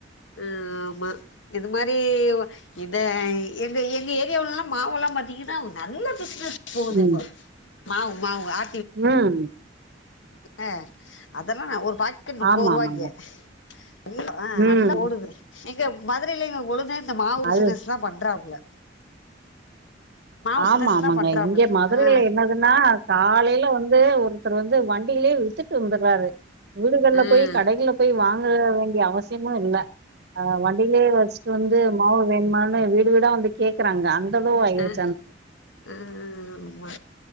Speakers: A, on the left; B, on the right.
A: ஆ ஆமா இது மாரி இந்த எங்க எங்க ஏரியாவுலல்லா மாவெல்லா பாத்தீங்கன்னா நல்ல பிசினஸ் போதிப்ப
B: ம்
A: மாவு மாவு ஆ
B: ம்
A: <inaudible> அதெல்லா ஒரு பாக்கெட் நுப்பது
B: ஆமா
A: ரூவாய்க்கு
B: ஆமாங்க
A: நல்லா ஆ
B: ம்
A: நல்லா ஓடுது. இங்க மதுரைல எங்க கொழுந்த இந்த மாவு
B: அது
A: பிசினஸ்தா பண்றாப்ல. பிசினஸ்
B: ஆமா ஆமாங்க.
A: தா பண்றாப்புல
B: இங்க மதுரைல
A: ஆ
B: என்னதுன்னா காலைல வந்து ஒரு த்தர் வந்து வண்டியிலயே வித்துட்டு வந்தர்றாரு வீடுகள்ல
A: ம்
B: போய் கடைகள்ல போய் வாங்கற வேண்டிய அவசியமு இல்ல. ஆ வண்டியிலயே வச்சுட்டு வந்து மாவு வேணுமான்னு வீடு வீடா வந்து கேக்கறாங்க அங்
A: அ ஆ
B: <unintelligible>
A: ஆ ஆமா